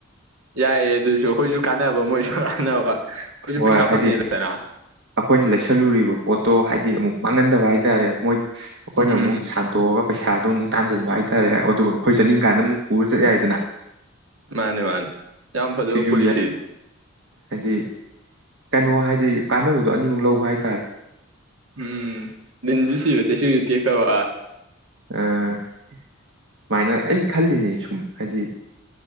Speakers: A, on the right (about 75°); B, on the right (about 60°).
A: ꯌꯥꯏꯌꯦ ꯑꯗꯨꯁꯨ ꯑꯩꯈꯣꯏꯁꯨ ꯀꯥꯟꯅꯕ ꯃꯣꯏꯁꯨ ꯀꯥꯟꯅꯕ ꯑꯩꯈꯣꯏꯁꯨ
B: ꯍꯣꯏ
A: ꯄꯩꯁꯥ
B: ꯍꯥꯏꯗꯤ
A: ꯐꯪꯉꯦꯗꯅ
B: ꯑꯩꯈꯣꯏꯅ ꯂꯩꯁꯜꯂꯨꯔꯤꯕ ꯄꯣꯠꯇꯣ ꯍꯥꯏꯗꯤ ꯑꯃꯨꯛ ꯃꯥꯡꯉꯟꯗꯕ ꯍꯥꯏꯇꯥꯔꯦ ꯃꯣꯏ ꯑꯩꯈꯣꯏꯅ
A: ꯎꯝ
B: ꯑꯃꯨꯛ ꯁꯟꯇꯣꯛꯑꯒ ꯄꯩꯁꯥꯗꯣ ꯑꯃꯨꯛ ꯇꯥꯟꯖꯟꯕ ꯍꯥꯏꯇꯥꯔꯦ ꯑꯗꯨꯒ ꯑꯩꯈꯣꯏ ꯆꯠꯅꯤꯡ ꯀꯥꯟꯗ ꯑꯃꯨꯛ ꯄꯨꯔ ꯆꯠ ꯌꯥꯏꯗꯅ
A: ꯃꯥꯅꯦ ꯃꯥꯅꯦ ꯌꯥꯝ ꯐꯖꯕ
B: ꯁꯤꯁꯨ
A: ꯄꯣꯂꯤꯁꯤ
B: ꯌꯥꯏ ꯍꯥꯏꯗꯤ ꯀꯩꯅꯣ ꯍꯥꯏꯗꯤ ꯀꯥꯟꯅꯕꯗꯣ ꯑꯅꯤꯃꯛ ꯂꯧꯕ ꯍꯥꯏꯇꯥꯔꯦ
A: ꯎꯝ ꯂꯤꯟꯁꯨ ꯁꯤꯕ ꯆꯩꯁꯨꯁꯨ ꯇꯦꯛꯇꯕ
B: ꯑꯥ ꯁꯨꯃꯥꯏꯅ ꯑꯩ ꯈꯜꯂꯤꯅꯦ ꯁꯨꯝ ꯍꯥꯏꯗꯤ